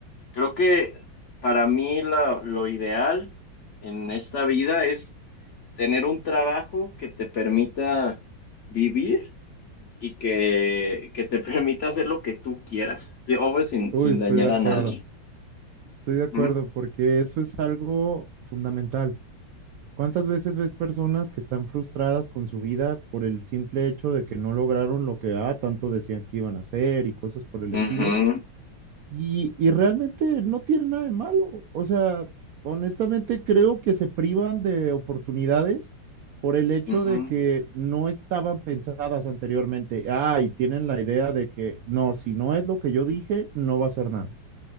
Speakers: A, on the left; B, on the right.
A: Creo que para mí la- lo ideal en esta vida es tener un trabajo que te permita vivir y que, que te <laughs> permita hacer lo que tú quieras, Sí, obvio, sin,
B: Uy,
A: sin
B: estoy
A: dañar
B: de acuerdo.
A: a nadie.
B: Estoy de acuerdo,
A: Ujú,
B: porque eso es algo fundamental. ¿Cuántas veces ves personas que están frustradas con su vida por el simple hecho de que no lograron lo que ah, tanto decían que iban a hacer y cosas por el
A: ujú,
B: estilo? Y, y realmente no tiene nada de malo. O sea, honestamente creo que se privan de oportunidades por el hecho
A: ujú.
B: de que no estaban pensadas anteriormente. Ah, y tienen la idea de que no, si no es lo que yo dije, no va a ser nada.